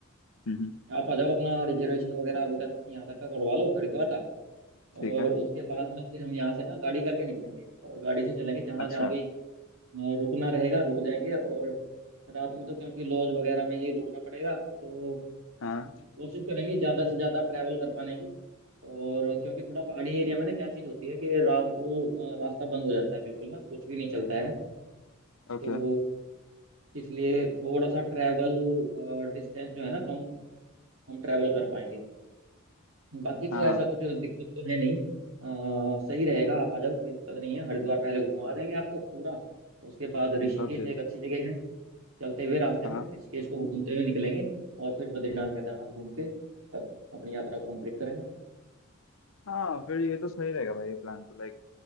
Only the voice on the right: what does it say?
आप आ जाओ अपना रिजर्वेशन वगैरह अभी तक यहाँ तक का करवा लो हरिद्वार का
और
उसके बाद में फिर हम यहाँ से ना गाड़ी करके निकलेंगे और गाड़ी से चलेंगे जहाँ
जहाँ भी अ, रुकना रहेगा रुक जाएंगे और रात में तो क्योंकि लॉज वगैरह में ही रुकना पड़ेगा तो
कोशिश करेंगे ज्यादा से ज्यादा ट्रैवल कर पाने की और क्योंकि थोड़ा पहाड़ी एरिया में ना क्या चीज होती है कि रात को अ, रास्ता बंद हो जाता है बिल्कुल ना कुछ भी नहीं चलता है
तो इसलिए थोड़ा सा ट्रैवल डिस्टेंस जो है ना कम हम ट्रैवल कर पाएंगे बाकी
तो
ऐसा कुछ दिक्कत तो है नहीं अ, सही रहेगा आप आ जाओ कोई दिक्कत नहीं है हरिद्वार पहले घुमा देंगे आपको पूरा उसके बाद ऋषिकेश
एक अच्छी जगह है चलते हुए रास्ते
में ऋषिकेश को घूमते हुए निकलेंगे और फिर बद्रीनाथ केदारनाथ घूम के तब अपनी यात्रा को कंप्लीट करेंगे